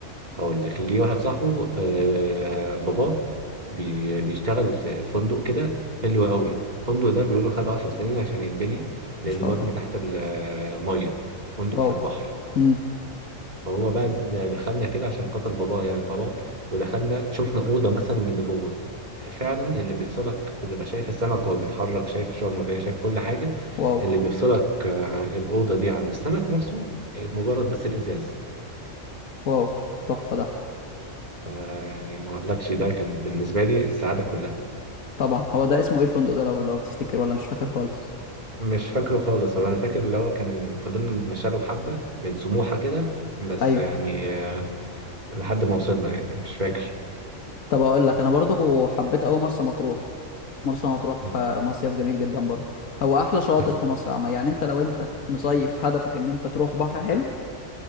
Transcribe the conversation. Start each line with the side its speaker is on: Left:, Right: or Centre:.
Right: هقول لك ليه واحد صاحبه آه باباه بي بيشتغل في فندق كده حلو قوي الفندق ده بيقولوا خد 10 سنين عشان يتبني لأنه
Left: ما شاء
Right: مبني
Left: الله
Right: تحت المية فندق
Left: واو
Right: في البحر
Left: امم
Right: فهو بقى د- دخلنا كده عشان خاطر باباه يعني طبعا ودخلنا شفنا أوضة مثلا من اللي جوه فعلا اللي بيفصلك بتبقى شايف السمك وهو بيتحرك شايف الشعاب المرجانية شايف كل حاجة
Left: واو
Right: اللي بيفصلك آه، عن الأوضة دي عن السمك نفسه آه، مجرد بس الإزاز
Left: واو تحفة ده
Right: يعني ما اقولكش ده كان بالنسبة لي السعادة كلها
Left: طبعا هو ده اسمه ايه الفندق ده لو لو تفتكر ولا مش فاكر خالص
Right: مش فاكره خالص هو انا فاكر اللي هو كان فضلنا نتمشى له حبة من سموحة كده بس
Left: ايوه
Right: يعني آه، لحد ما وصلنا يعني مش فاكر
Left: طب اقول لك انا برضو حبيت قوي مرسى مطروح مرسى مطروح
Right: م-
Left: آه، مصيف جميل جدا برضو هو احلى شواطئ
Right: م-
Left: في مصر عامة يعني انت لو انت مصيف هدفك ان انت تروح بحر حلو